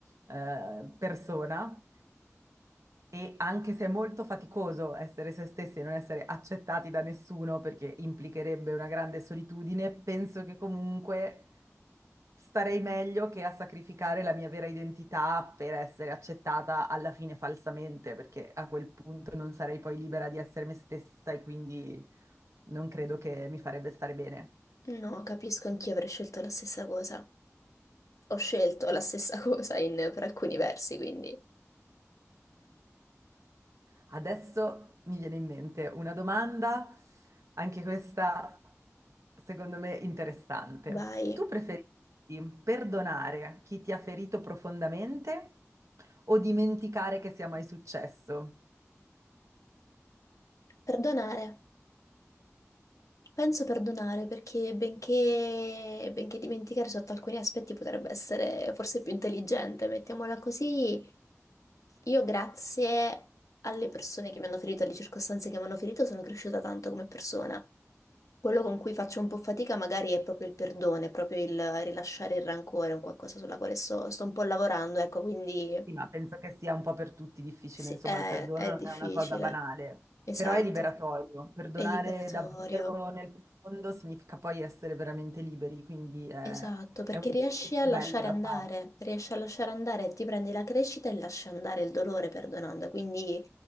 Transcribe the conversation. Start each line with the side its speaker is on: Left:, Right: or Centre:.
Right: eh, persona e anche se è molto faticoso essere se stessi e non essere accettati da nessuno perché implicherebbe una grande solitudine, penso che comunque starei meglio che a sacrificare la mia vera identità per essere accettata alla fine falsamente, perché a quel punto non sarei poi libera di essere me stessa e quindi non credo che mi farebbe stare bene.
Left: No, capisco, anch'io avrei scelto la stessa cosa. Ho scelto la stessa <laughs> cosa in- per alcuni versi, quindi
Right: Adesso mi viene in mente una domanda, anche questa secondo me interessante.
Left: vai.
Right: Tu preferisci perdonare chi ti ha ferito profondamente o dimenticare che sia mai successo?
Left: Perdonare. Penso perdonare perché benché, benché dimenticare sotto alcuni aspetti potrebbe essere forse più intelligente, mettiamola così, Io grazie alle persone che mi hanno ferito, alle circostanze che mi hanno ferito, sono cresciuta tanto come persona. Quello con cui faccio un po' fatica magari è proprio il perdono, è proprio il rilasciare il rancore, è un qualcosa sulla quale sto, sto un po' lavorando, ecco, quindi
Right: Sì, ma penso che sia un po' per tutti difficile,
Left: sì,
Right: insomma,
Left: è,
Right: il perdono
Left: è
Right: non
Left: difficile.
Right: è una cosa banale,
Left: Esatto.
Right: però è liberatorio. Perdonare
Left: È liberatorio.
Right: davvero nel profondo significa poi essere veramente liberi, quindi è,
Left: Esatto, perché
Right: è un
Left: riesci
Right: esercizio
Left: a lasciare
Right: bello da
Left: andare,
Right: fare.
Left: riesci a lasciare andare, ti prendi la crescita e lasci andare il dolore perdonando. Quindi